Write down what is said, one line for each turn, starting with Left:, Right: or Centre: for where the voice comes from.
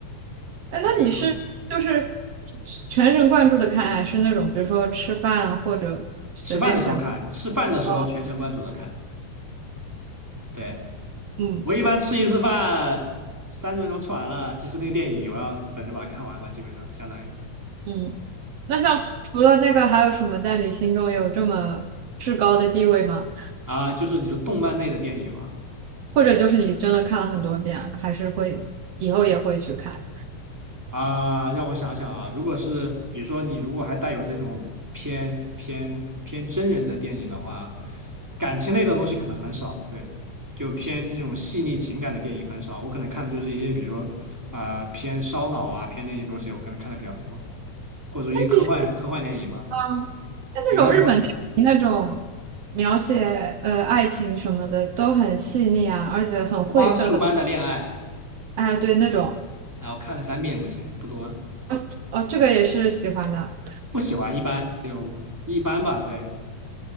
Right: 哎，
Centre: 我觉得都
Right: 那你是就是全神贯注的看，还是那种比如说吃饭啊或者随便看？
Centre: 吃饭的时候看，吃饭的时候全神贯注的看。
Right: 哦，
Centre: 对，
Right: 嗯
Centre: 我一般吃一次饭，三十分钟吃完了，其实那个电影我要等着把它看完吧，基本上相当于
Right: 嗯，那像除了那个，
Centre: 对
Right: 还有什么在你心中有这么至高的地位吗？
Centre: 啊，就是你说动漫类的电影嘛。
Right: 或者就是你真的看了很多遍，还是会以后也会去看。
Centre: 啊，让我想想啊，如果是比如说你如果还带有这种偏偏偏真人的电影的话，感情类的东西可能很少，对，就偏这种细腻情感的电影很少。我可能看的就是一些比如说啊、偏烧脑啊偏那些东西，我可能看的比较多，或者一些科幻科幻电影吧，
Right: 但其实，嗯，但那种日本电影那种描写呃爱情什么的都很细腻啊，
Centre: 比如像什么
Right: 而且很晦涩的。
Centre: 《花束般的恋爱》，
Right: 哎，对，那种，
Centre: 然后看了三遍，目前不多，
Right: 哦哦，这个也是喜欢的，
Centre: 不喜欢，一般就一般吧，对。